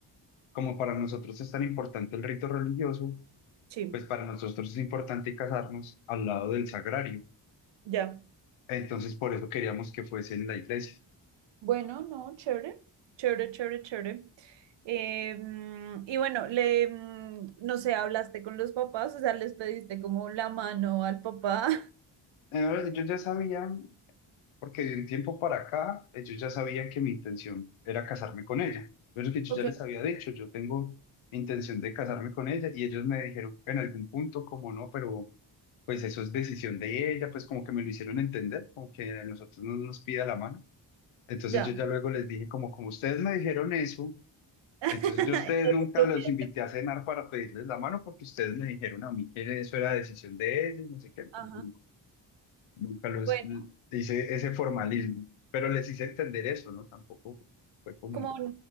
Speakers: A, on the left; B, on the right.
A: como para nosotros es tan importante el rito religioso,
B: Sí,
A: pues para nosotros es importante casarnos al lado del sagrario.
B: ya.
A: Entonces, por eso queríamos que fuese en la iglesia.
B: Bueno, no, chévere, chévere, chévere, chévere. Eh, mm, y bueno, le, mm, no sé, hablaste con los papás, o sea, les pediste como la mano al papá. <laughs>
A: Eh, Yo ya sabía porque de un tiempo para acá ellos ya sabían que mi intención era casarme con ella. Pero es que yo
B: Ok,
A: ya les había dicho, yo tengo intención de casarme con ella y ellos me dijeron en algún punto como no, pero pues eso es decisión de ella, pues como que me lo hicieron entender, como que a nosotros no nos pida la mano. Entonces
B: ya.
A: yo ya luego les dije como como ustedes me dijeron eso,
B: <laughs> Entonces
A: entonces yo a ustedes nunca
B: lo
A: los
B: voy a
A: invité
B: hacer.
A: a cenar para pedirles la mano porque ustedes me dijeron a mí que eso era decisión de ellos, no sé qué. Entonces,
B: Ajá.
A: Nunca los
B: Bueno,
A: hice ese formalismo, pero les hice entender eso, ¿no? Tampoco fue como,
B: como,